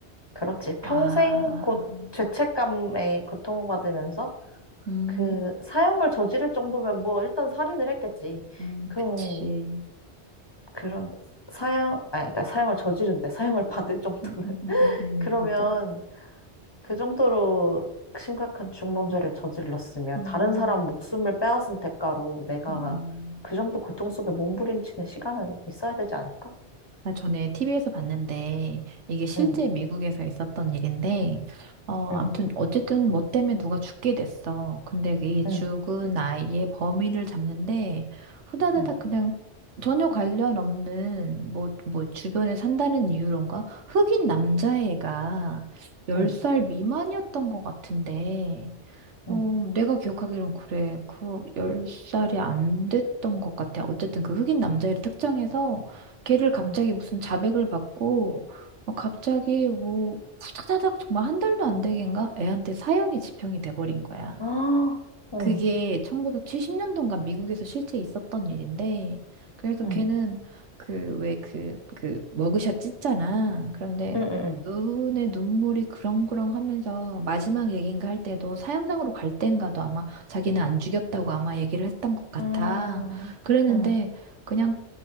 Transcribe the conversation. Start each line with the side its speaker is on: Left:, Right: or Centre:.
Left: 그렇지.
Right: 아,
Left: 평생 곧 죄책감에 고통받으면서
Right: 음,
Left: 그 사형을 저지를 정도면 뭐 일단 살인을 했겠지.
Right: 음,
Left: 그럼
Right: 그치.
Left: 그럼 사형 아니 그러니까 사형을 저지른데 사형을 받을 정도면
Right: 음, 음, 음,
Left: <laughs>
Right: 음, 음,
Left: 그러면
Right: 맞아.
Left: 그 정도로 심각한 중범죄를 저질렀으면
Right: 음,
Left: 다른 사람 목숨을 빼앗은 대가로 내가
Right: 음.
Left: 그 정도 고통 속에 몸부림치는 시간은 있어야 되지 않을까?
Right: 나 전에 TV에서 봤는데 이게 실제
Left: 응,
Right: 미국에서 있었던 일인데 어
Left: 응,
Right: 아무튼 어쨌든 뭐 때문에 누가 죽게 됐어. 근데 이 죽은
Left: 응,
Right: 아이의 범인을 잡는데 후다다닥
Left: 응,
Right: 그냥 전혀 관련 없는 뭐 뭐 주변에 산다는 이유론가 흑인 남자애가 10살
Left: 응,
Right: 미만이었던 것 같은데 어,
Left: 응,
Right: 내가 기억하기론 그래. 그 10살이 안 됐던 것 같아. 어쨌든 그 흑인 남자애를 특정해서 걔를 갑자기
Left: 응.
Right: 무슨 자백을 받고 어, 갑자기 뭐 후다다닥 정말 한 달도 안 되겠는가? 애한테 사형이 집행이 돼버린 거야.
Left: 아, 응,
Right: 그게 1970년도인가 미국에서 실제 있었던 일인데, 그래서
Left: 응,
Right: 걔는 그, 왜 그, 그, 머그샷 찢잖아. 그런데
Left: 응, 응,
Right: 눈에 눈물이 그렁그렁 하면서 마지막 얘기인가 할 때도 사형장으로 갈 때인가도 아마 자기는 안 죽였다고 아마 얘기를 했던 것 같아.
Left: 응,
Right: 그랬는데,
Left: 응,
Right: 그냥